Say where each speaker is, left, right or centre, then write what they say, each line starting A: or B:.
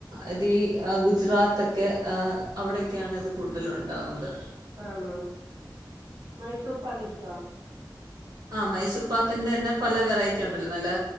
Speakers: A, on the right; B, on the right.
A: അത് ഈ ഗുജറാത്തെക്കെ അവിക്കെയാണ് ഇത് കൂടുതലുണ്ടാവുന്നത്
B: ആണോ മൈസൂർ പാക്ക് ഇഷ്ടെവാ?
A: ആഹ് മൈസൂർ പാക്കിന്റെ തന്നെ പല വെറൈറ്റി ഉണ്ടല്ലോ നല്ല